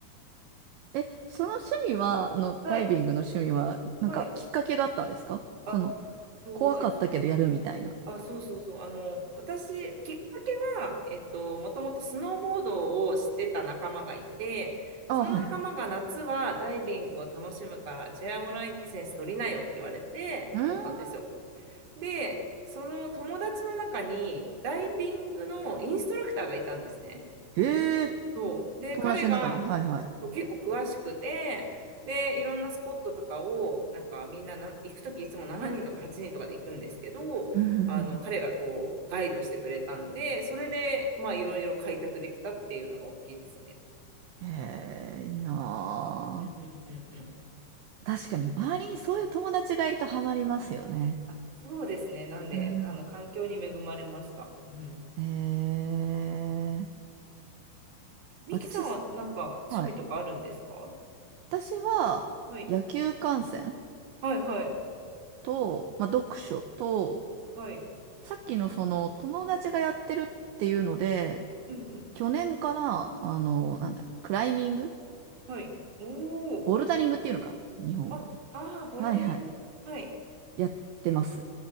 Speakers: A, on the right; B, on the right.
A: え、その趣味は、あの、
B: <laughs> はい。
A: ダイビングの趣味は、なんかきっかけがあったんですかその、
B: はい。あ、そう、
A: 怖かったけどやるみたいな。
B: あ、そうそうそう。あの、私、きっかけは、えっと、もともとスノーボードをしてた仲間がいて、
A: あ、
B: その仲間が夏はダイビングを楽しむから、
A: はいはい。
B: チェアーモライセンス取りなよって言われて、
A: うーん。
B: 取ったんですよ。で、その友達の中に、ダイビングのインストラクターがいたんですね。
A: ええ
B: そう。で、
A: 友達の中に。
B: 彼が
A: はいはい。
B: そう結構詳しくて、で、いろんなスポットとかを、なんかみんなな行くときいつも7人とか8人とかで行くんですけど、
A: うんうんうんう
B: あの、彼がこう、ガイドしてくれたんで、それで、まあ、いろいろ開拓できたっていうのが大きいですね。
A: んへえ、いいなあ。
B: うんうんうんうん。
A: 確かに、周りにそういう友達がいるとハマりますよね。
B: あ、そうですね。なんで、
A: うん。
B: あの、環境に恵まれました。うん。
A: えー、
B: ミキさんはなんか趣味とかあるんですか
A: 私はい。私は野球観戦
B: はい。はいはい。
A: と、まあ、読書と、
B: はい。
A: さっきのその友達がやってるっていうので、
B: うんうん。
A: 去年から、あの、なんだ、クライミング
B: はい。おお。
A: ボルダリングっていうのか、日本語で。
B: あ、ああ、ボルダリング。
A: はいはい。
B: はい。
A: やってます。